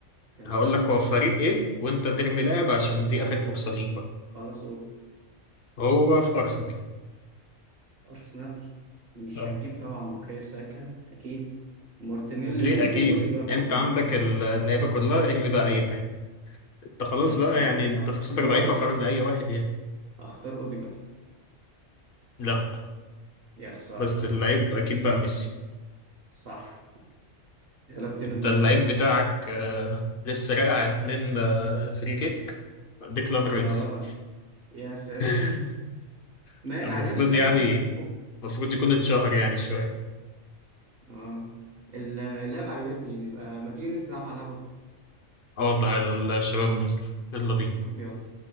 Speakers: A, on the right (about 55°); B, on the left (about 55°).
A: تمام
B: هقول لك هو في فريق ايه وانت ترمي لاعب عشان دي اخر فرصه ليك بقى
A: خلصوا
B: هو في ارسنال
A: أرسنال مش
B: اه
A: هتجيب طبعا بوكايو ساكا أكيد مارتينيلي
B: ليه
A: ممكن
B: اكيد
A: أوديجارد
B: انت
A: ممكن
B: عندك ال- اللعيبه كلها ارمي بقى اي واحد انت خلاص
A: ماشي
B: بقى
A: ه-
B: يعني انت
A: هختار
B: فرصتك ضعيفه فارمي اي واحد يعني
A: هختار أوديجارد
B: لا
A: يا خسارة
B: بس اللعيب اكيد بقى ميسي
A: صح غلبتني
B: انت
A: الدور
B: اللعيب
A: ده
B: بتاعك آه، لسه راقع اتنين آه، فري كيك ديكلان رايس
A: آه يا ساتر
B: <laughs>
A: ما عجبتك
B: المفروض
A: اللعبة
B: يعني
A: ممكن
B: المفروض يكون اتشهر يعني شوية
A: آه ال- اللعبة عجبتني يبقى ما تيجي ننزل نلعب على القهوة
B: اه تعالى الشباب نازلة يلا بينا
A: طب يلا